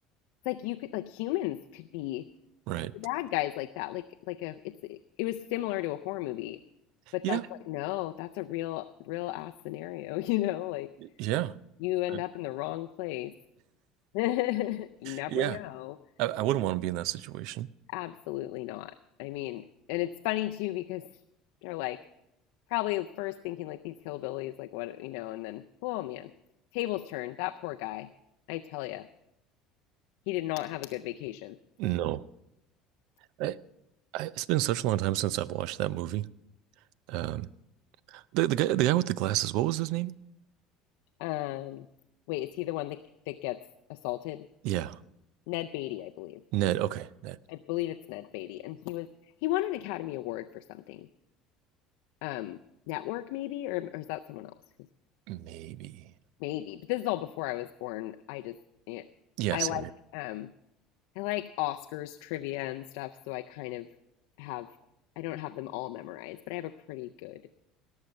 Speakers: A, on the left; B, on the right.
A: it's like you could, like humans could be
B: Right.
A: the bad guys like that. Like, like a, it's, it was similar to a horror movie, but
B: Yeah.
A: that's like, no, that's a real, real ass scenario, <laughs> you know, like
B: Yeah.
A: you end
B: I-
A: up in the wrong place. <laughs> You never
B: Yeah.
A: know.
B: I, I wouldn't want to be in that situation.
A: Absolutely not. I mean, and it's funny too because they're like, probably at first thinking like these hillbillies, like what, you know, and then, oh man, tables turned. That poor guy. I tell you, he did not have a good vacation.
B: No. I, I, it's been such a long time since I've watched that movie. Um, the the guy the guy with the glasses, what was his name?
A: Um, wait, is he the one that, that gets assaulted?
B: Yeah,
A: Ned Beatty, I believe.
B: Ned. Okay, Ned.
A: I believe it's Ned Beatty. And he was, he won an Academy Award for something. Um, network maybe, or, or is that someone else? Who's
B: Maybe.
A: maybe? But this is all before I was born. I just, yeah,
B: Yes.
A: I like, um, I like Oscars trivia and stuff, so I kind of have I don't have them all memorized, but I have a pretty good,